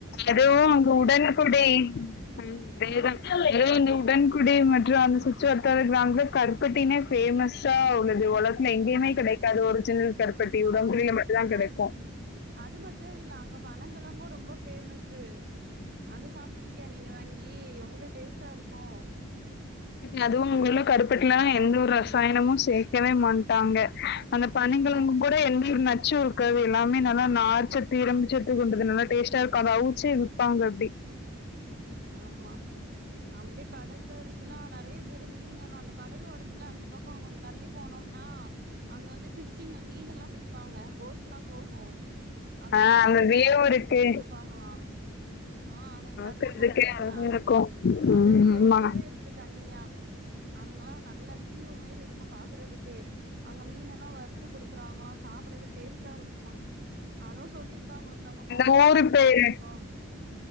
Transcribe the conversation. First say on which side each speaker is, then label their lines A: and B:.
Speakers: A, on the right; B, on the left.
A: கருப்பட்டி
B: அதுவும்
A: முட்டாய்ன்னு
B: அந்த உடன்குடி
A: சொல்லுவாங்க
B: ம் தேதா உடன் குடி மற்று அந்த சுச்சு வத்தாத கிராமல கர்பட்டினே பே மஸ்ஸா உள்ளத் து உலக்த்ல எங்கயுமே
A: ம்
B: கெடைக்காது ஒர்ஜினல் கர்பட்டி
A: ஆமா
B: உடங்குடில மட்டு தா கெடைக்கு
A: அது அது மட்டு இல்ல அங்க பனங்கழங்கு ரொம்ப பேமஸ்ஸு அது சாப் ட்ருக்கியா நீன்னு வாங்கி எவ்ளோ டேஸ்ட்டா இருக்கு
B: அதுவு உங்க கருப்பட்லா எந்த ஒரு ரசாயனமு சேக்கவே மாட்டாங்க அந்த பணங்கெழங்கு
A: ம்
B: கூட எம்யூர் நாச் சு ருக்கது எல்லாமே நல்ல நார்ச்சத்து இரும்பிச்சத்து கொண்டது நல்லா டேஸ்டா இருக்கு அத அவுச்சி விப்பாங்க அப்டி
A: ஆமா அப்டியே கடல்லருந்துலா நறைய பேர் மீன்னஅந்த கடல் ஓரத்துல அந்த பக்கம் கொஞ்சம் தள்ளி போனோம்னா அங்க வந்து பிஷிங் மீனல்ல லா பிடிப்பாங்க போட்லா போகு அங்க
B: ஆ
A: வந்துட்டு
B: அந்த
A: பிஷ்ல்லா
B: வியவு
A: ஃப்ரை
B: இருக்கு
A: பண்ணி குடுப்பாங்களா அ அங்க தள்ளி
B: இருக்கிறதுக்கே
A: வொச்னா
B: அழகா இருக்கும்
A: அங்க
B: ம்,
A: ஒரு ஏரியாவே
B: ஆமா.
A: இருக்கு தனிய அங்லா நல்ல தீவு மேரி இருக்கு பாக்குறதுக்கு அங்க மீனெல்லா வறுத்து குடுக்குறாங்களா சாப்புடவே டேஸ்ட்டா இருக்குமா அதுவு சொல்லிருக்காங்க ஒரு தவுங்க
B: அந்த
A: போனவுங்க
B: ஊரு பேரு
A: சாப்ட்ருக்கோ